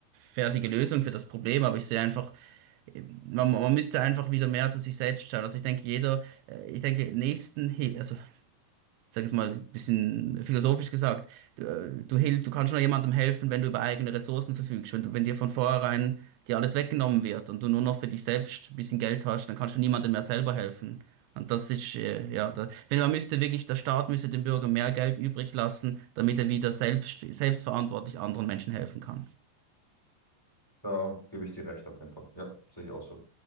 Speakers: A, on the right; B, in the centre.
A: fertige Lösung für das Problem, aber ich sehe einfach, äh, man, man müsste einfach wieder mehr zu sich selbst schauen. Also ich denke, jeder, äh, ich denke, nächsten, also sag jetzt mal, ein bisschen philosophisch gesagt, du, du, hilf, du kannst nur jemandem helfen, wenn du über eigene Ressourcen verfügst. Wenn du, wenn dir von vornherein dir alles weggenommen wird und du nur noch für dich selbst ein bisschen Geld hast, dann kannst du niemandem mehr selber helfen. Und das ist, äh, ja, da, wenn man müsste wirklich, der Staat müsste dem Bürger mehr Geld übrig lassen, damit er wieder selbst, selbstverantwortlich anderen Menschen helfen kann.
B: Da gebe ich dir recht auf jeden Fall. Ja, sehe ich auch so.